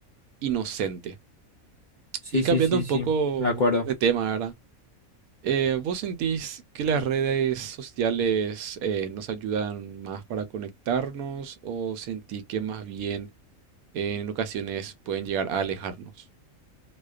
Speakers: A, on the right; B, on the left.
A: inocente.
B: sí,
A: Y cambiando
B: sí, sí,
A: un
B: sí,
A: poco
B: de acuerdo.
A: de tema, ¿verdad? Eh, ¿vos sentís que las redes sociales eh, nos ayudan más para conectarnos o sentís que más bien en ocasiones pueden llegar a alejarnos?